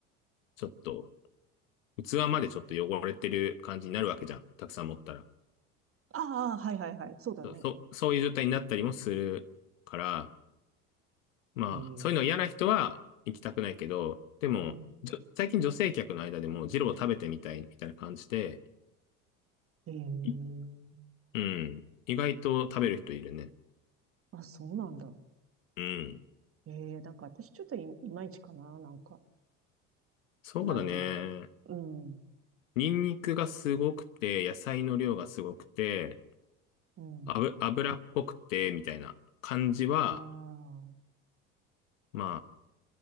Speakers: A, on the left; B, on the right.
A: ちょっと、器までちょっと汚れてる感じになるわけじゃん。たくさん持ったら。
B: ああ、はいはいはい。そうだね。
A: そう、そうそういう状態になったりもするから、まあ、
B: えー、
A: そういうの嫌な人は行きたくないけど、でも、
B: うん。
A: じょ最近女性客の間でも、ジロー食べてみたいみたいな感じで、
B: えー、
A: いうん、意外と食べる人いるね。
B: あ、そうなんだ。
A: うん。
B: ええなんか私ちょっとい、いまいちかな、なんか、
A: そうだね。
B: なんとなく。うん、
A: ニンニクがすごくて、野菜の量がすごくて、
B: うん。
A: あぶ、脂っこくて、みたいな感じは、
B: ああ。
A: ま